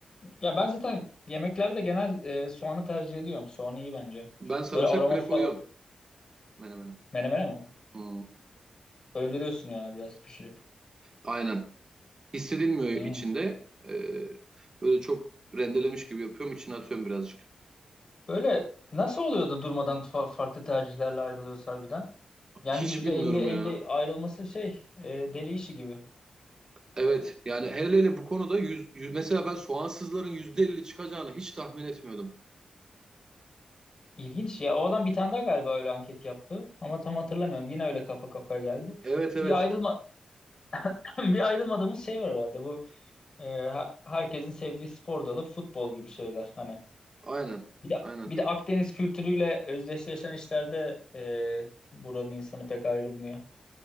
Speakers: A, on the left; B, on the right.
A: ya ben zaten yemeklerde genel e, soğanı tercih ediyorum. Soğan iyi bence.
B: Ben sarımsak
A: Böyle aroma
B: bile
A: falan
B: koyuyorum menemene.
A: menemene mi?
B: Hı,
A: Öldürüyorsun yani biraz pişirip.
B: Aynen. Hissedilmiyor
A: Hmm.
B: içinde. Ee, böyle çok rendelemiş gibi yapıyorum. içine atıyorum birazcık.
A: Böyle nasıl oluyor da durmadan fa- farklı tercihlerle ayrılıyoruz harbiden? Yani
B: Hiç
A: yüzde
B: bilmiyorum
A: elli elli
B: ya.
A: ayrılması şey e, deli işi gibi.
B: Evet yani hele hele bu konuda yüz, yüz- mesela ben soğansızların %50 çıkacağını hiç tahmin etmiyordum.
A: İlginç ya. O adam bir tane daha galiba öyle anket yaptı. Ama tam hatırlamıyorum. Yine öyle kafa kafaya geldi.
B: Evet evet
A: Bir ayrılma <clears throat> bir ayrılmadığımız şey var herhalde. Bu e, ha- herkesin sevdiği spor dalı futbol gibi şeyler hani.
B: aynen
A: Bir de
B: aynen
A: bir de Akdeniz kültürüyle özdeşleşen işlerde e, buranın insanı pek ayrılmıyor.